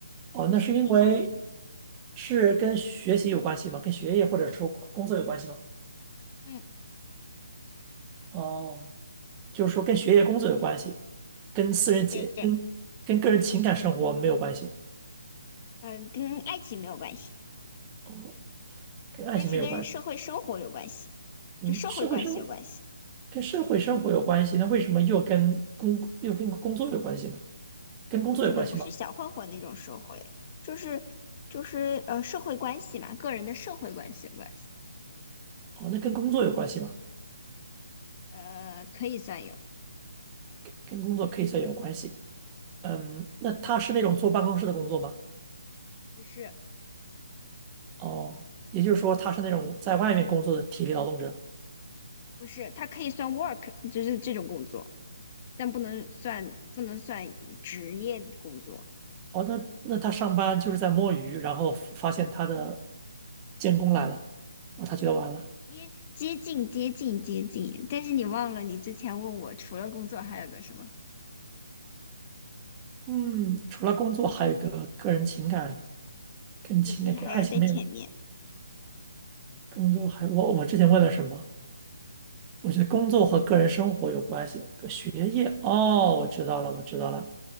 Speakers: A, on the right; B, on the left.
A: 哦，
B: 不是物理上的，
A: 那是因为是跟学习有关系吗？跟学业或者说工作有关系吗？
B: 嗯，
A: 哦，就是说跟学业工作有关系，跟私人情跟跟个人情感生活没有关系，
B: 对对对，嗯，跟爱情没有关系，
A: 哦，跟爱情没有关系，
B: 但是跟社会生活有关系，
A: 嗯，
B: 就社会关系有关系。
A: 社会生跟社会生活有关系，那为什么又跟工又跟工作有关系呢？跟工作有关系吗？
B: 我指的不是小混混那种社会，就是就是呃社会关系嘛，个人的社会关系关系，
A: 哦，那跟工作有关系吗？
B: 呃可以算有，
A: 跟工作可以算有关系。嗯，那他是那种坐办公室的工作吗？
B: 不是
A: 哦，也就是说他是那种在外面工作的体力劳动者。
B: 不是，它可以算 work，就是这种工作，但不能算不能算职业工作，
A: 哦，那那他上班就是在摸鱼，然后发现他的监工来了，啊，他觉得完了。
B: 接接近接近接近，但是你忘了你之前问我除了工作还有个什么，
A: 嗯，除了工作，还有一个个人情感，跟情感跟爱情没有。
B: 不是还要在前面？
A: 工作还我我之前问了什么？我觉得工作和个人生活有关系，跟学业。哦，我知道了，我知道了。